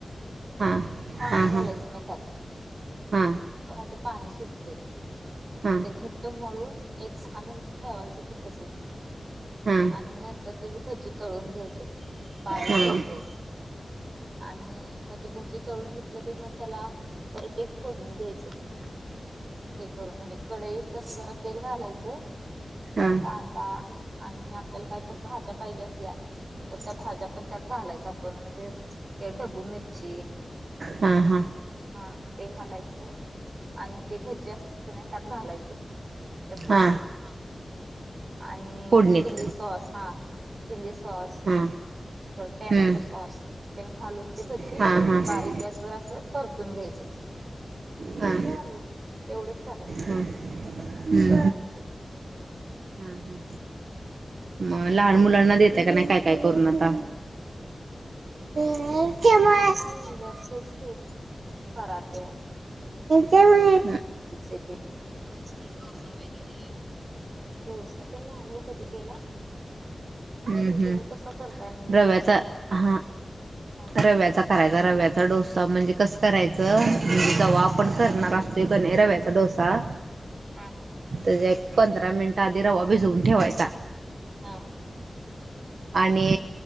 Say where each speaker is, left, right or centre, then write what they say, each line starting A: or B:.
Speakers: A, on the right (about 85°); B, on the right (about 50°).
A: हां
B: पाणी
A: हां
B: घालायचं
A: हां
B: नाही त्यात
A: हां
B: त्याना ते पाणी सुटते
A: हां
B: मग
A: हां
B: ते घट्ट मळून एक दहा मिनिट ठेवायचं ते तसच
A: हां हां
B: आणि नंतर तेच भजी तळून घ्यायचं बारीक
A: हां
B: गॅस वर. आणि मग ते भजे तळून घेतलं की मग त्याला परत एक फोडणी. द्यायचं हे करून म्हणजे कडईत तस जरा तेल घालायचं. त्यात
A: हां हां
B: कांदा आणि आपल्याला काही तर भाज्या पाहिजे असल्या. तर त्या भाज्या पण त्यात घालायच आपण म्हणजे ढबू मिरची.
A: हा हा
B: हा ते घालायचं आणि ते भजे असतात नाही त्यात घालायचं. त्या फोडणीत
A: हां
B: आणि
A: फोडणीत
B: चिली सॉस हा चिली सॉस सॉस
A: हां
B: व टॅमॅटो
A: हं
B: सॉस घालून ते भजी
A: हां हां
B: बारीक
A: हां
B: गॅस वर अस परतून घ्यायचं हो.
A: हां
B: झालं एवढंच करायचं.
A: हं हं
B: कोबी मनच्युरी
A: हां हां मग लहान मुलांना देतय का नाही काय काय करून आता हां हां
B: आता काय म्हणजे अस हेच की पराठे
A: तेमुळे
B: इस्ट डोसा वगैरे डोसा ते नाही हो कधी केला
A: हम्म हम्म
B: तुम्ही कसा करताय म्हणजे
A: रव्याचा
B: डोसा
A: हा
B: हा
A: रव्याचा करायचा रव्याचा डोसा म्हणजे कसं करायचं म्ह जव
B: हा
A: आपण करणार असतो कणी रव्याचा डोसा
B: हा
A: त्या एक पंधरा मिनट आधी रवा भिजवून ठेवायचा.
B: हा ठेवायचा हा
A: आणि